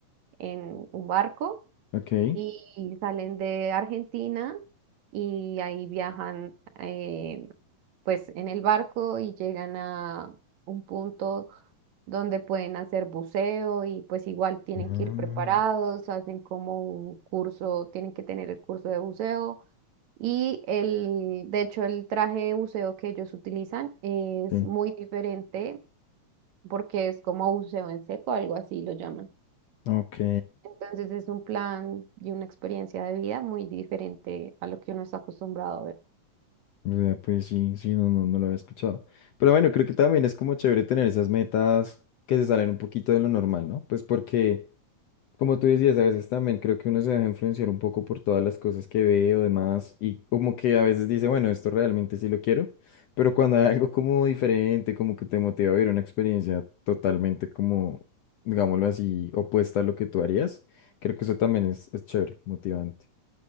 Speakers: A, on the right; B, on the left.
A: en un barco
B: Ok.
A: y salen de Argentina y ahí viajan eh, pues en el barco y llegan a un punto donde pueden hacer buceo y pues igual tienen
B: Ah,
A: que ir preparados, hacen como un curso, tienen que tener el curso de buceo. Y el, de hecho, el traje de buceo que ellos utilizan es
B: sí.
A: muy diferente porque es como buceo en seco, algo así lo llaman.
B: Ok.
A: Entonces es un plan y una experiencia de vida muy diferente a lo que uno está acostumbrado a ver.
B: Vea, Pues sí, sí, no, no, no lo había escuchado. Pero bueno, creo que también es como chévere tener esas metas que se salen un poquito de lo normal, ¿no? Pues porque Como tú decías, a veces también creo que uno se deja influenciar un poco por todas las cosas que ve o demás y como que a veces dice, bueno, esto realmente sí lo quiero, pero cuando hay algo como diferente, como que te motiva a vivir una experiencia totalmente como, digámoslo así, opuesta a lo que tú harías, creo que eso también es, es chévere, motivante